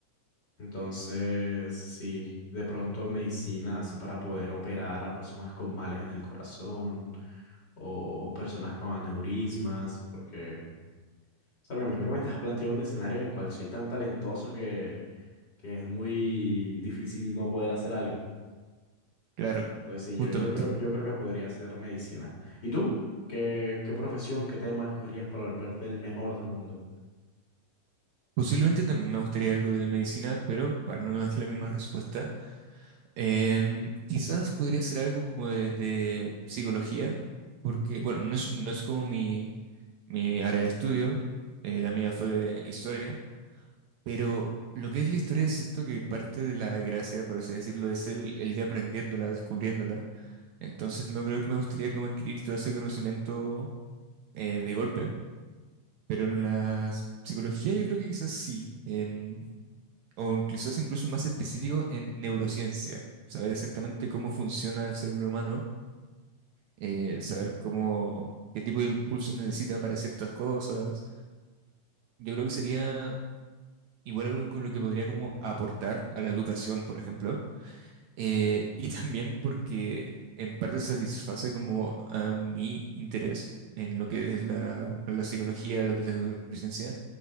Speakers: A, on the left; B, on the right.
A: Entonces, sí, de pronto medicina así para poder operar a personas con males en el corazón o, o personas con aneurismas, porque, o sea, me imagino que me estás planteando un escenario en el cual soy tan talentoso que, que es muy difícil no poder hacer algo.
B: claro,
A: Entonces, sí,
B: justamente.
A: yo, yo creo, yo creo que podría hacer medicina. ¿Y tú? ¿Qué, qué profesión, qué tema escogerías para volverte el mejor del mundo?
B: Posiblemente también me gustaría algo de medicina, pero para no dar la misma respuesta, Em, quizás podría ser algo como de, de psicología, porque, bueno, no es, no es como mi, mi área de estudio, eh, la mía fue de historia, pero lo que es la historia siento que parte de la gracia, por así decirlo, es el, el ir aprendiéndola, descubriéndola. Entonces no creo que me gustaría como adquirir todo ese conocimiento eh, de golpe, pero en la psicología yo creo que quizás sí. Em, o incluso es incluso más específico en neurociencia, saber exactamente cómo funciona el cerebro humano, eh, saber cómo, qué tipo de impulsos necesita para ciertas cosas. Yo creo que sería igual algo con lo que podría como aportar a la educación, por ejemplo, eh, <laughs> y también porque en parte satisface como a mi interés en lo que es la, la psicología, lo que es la neurociencia